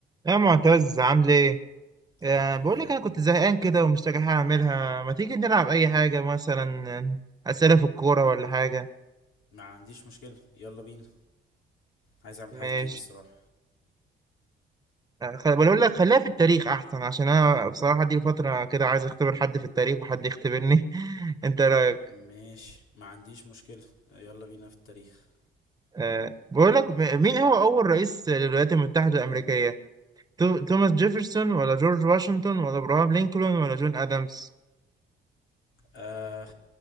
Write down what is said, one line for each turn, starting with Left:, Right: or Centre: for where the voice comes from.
Right: يا معتز عامل ايه؟ آه،
Left: الحمد لله
Right: بقول لك انا كنت زهقان كده ومش لاقي حاجه اعملها ما تيجي نلعب اي حاجه مثلا آه، اسئله في الكوره ولا حاجه
Left: ما عنديش مشكلة يلا بينا عايز اعمل حاجة
Right: ماشي
Left: جديدة الصراحة
Right: آه، خل... بقول لك خليها في التاريخ احسن عشان انا بصراحه دي فتره كده عايز اختبر حد في التاريخ وحد يختبرني <laughs> انت رايك
Left: ماشي ما عنديش مشكلة يلا بينا في التاريخ
Right: آه، بقول لك م- مين هو اول رئيس للولايات المتحده الامريكيه؟ تو- توماس جيفرسون ولا جورج واشنطن ولا ابراهام لينكولن ولا جون ادمز؟
Left: آه